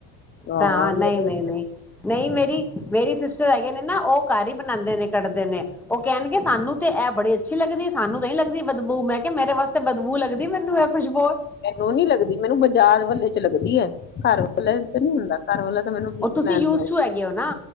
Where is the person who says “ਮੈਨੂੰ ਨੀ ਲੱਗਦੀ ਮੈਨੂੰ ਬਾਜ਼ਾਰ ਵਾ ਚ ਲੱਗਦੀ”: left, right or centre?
Left